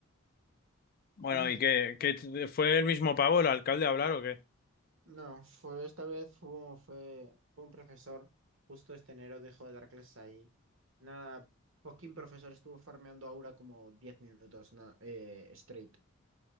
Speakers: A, on the left; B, on the right.
A: bueno,
B: Ay.
A: ¿y qué, qué- ¿Fue el mismo pavo el alcalde a hablar o qué?
B: No, fue esta vez fue, fue, fue un profesor, justo este enero dejó de dar clases ahí. Nada, poquín profesor estuvo farmeando aura como 10 minutos na- eh, straight,